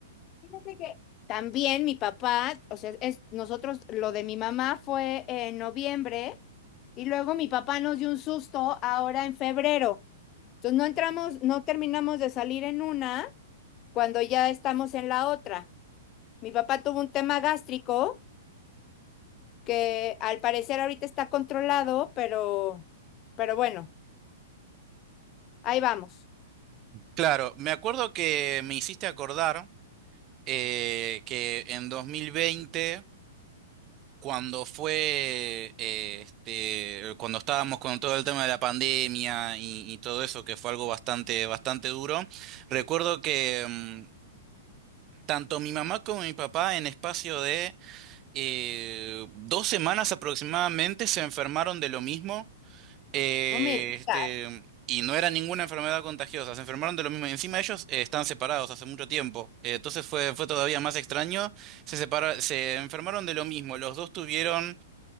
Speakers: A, on the left (about 35°); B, on the right (about 35°).
A: Fíjate que también mi papá, o sea, es, nosotros, lo de mi mamá fue en noviembre y luego mi papá nos dio un susto ahora en febrero. Entonces no entramos, no terminamos de salir en una cuando ya estamos en la otra. Mi papá tuvo un tema gástrico que al parecer ahorita está controlado, pero, pero bueno, ahí vamos.
B: Claro, me acuerdo que me hiciste acordar eh, que en 2020 cuando fue, eh, este, cuando estábamos con todo el tema de la pandemia y, y todo eso, que fue algo bastante, bastante duro, recuerdo que mm, tanto mi mamá como mi papá en espacio de eh, dos semanas aproximadamente se enfermaron de lo mismo, eh,
A: No me digas.
B: este, y no era ninguna enfermedad contagiosa, se enfermaron de lo mismo. Y encima ellos eh, están separados hace mucho tiempo, eh, entonces fue, fue todavía más extraño. Se separa, se enfermaron de lo mismo, los dos tuvieron